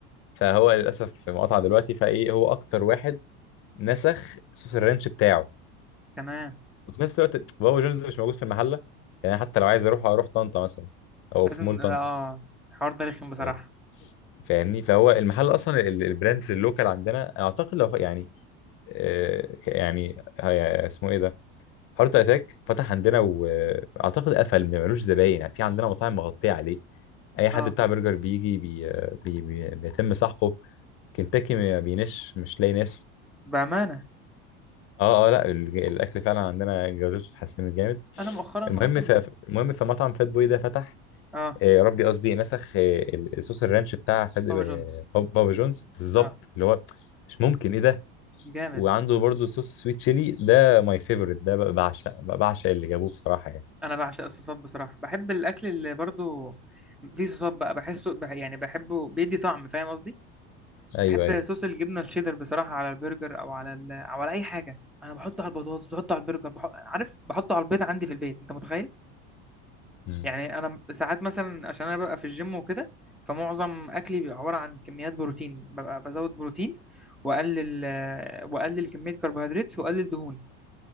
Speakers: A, on the left (about 45°); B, in the centre.
A: فهو للاسف مقطع دلوقتي فايه هو اكتر واحد نسخ صوص الرانش بتاعه
B: تمام
A: وفي نفس الوقت بابا جونز مش موجود في المحله يعني حتى لو عايز اروح اروح طنطا مثلا او
B: لازم
A: في مول طنطا
B: اه الحوار ده رخم بصراحة
A: فا- فاهمني فهو المحل اصلا ال- البراندز اللوكال عندنا اعتقد لو ف- يعني آه، ك- يعني هي- اسمه ايه ده هارت اتاك فتح عندنا واعتقد قفل ما ملوش زباين يعني في عندنا مطاعم مغطيه عليه اي حد
B: اه
A: بتاع برجر بيجي بي... بي... بي... بيتم سحقه كنتاكي ما بينش مش لاقي ناس
B: بأمانة
A: اه اه لا ال- الاكل فعلا عندنا جودته اتحسنت جامد
B: أنا مؤخرا
A: المهم
B: أصلا
A: ف... المهم فمطعم فات بوي ده فتح
B: اه
A: آه، يا ربي قصدي نسخ آه، ال- الصوص الرانش بتاع فات
B: بابا
A: آه،
B: جونز
A: باب- بابا جونز بالظبط
B: اه
A: اللي هو مش ممكن ايه ده
B: جامد
A: وعنده برضو صوص سويت شيلي ده ماي فيفورت ده ب- بعشق ب- بعشق اللي جابوه بصراحه يعني
B: أنا بعشق الصوصات بصراحة بحب الأكل اللي برضو فيه صوصات بقى بحسه بح يعني بحبه بيدي طعم فاهم قصدي
A: ايوه
B: بحب
A: ايوه
B: صوص الجبنة الشيدر بصراحة على البرجر أو على ال... أو على أي حاجة أنا بحطه على البطاطس بحطه على البرجر بحط... عارف بحطه على البيض عندي في البيت أنت متخيل
A: مم.
B: يعني انا م- ساعات مثلا عشان انا ببقى في الجيم وكده فمعظم اكلي بيبقى عباره عن كميات بروتين ببقى بزود بروتين واقلل آه، واقلل كميه كربوهيدرات واقلل دهون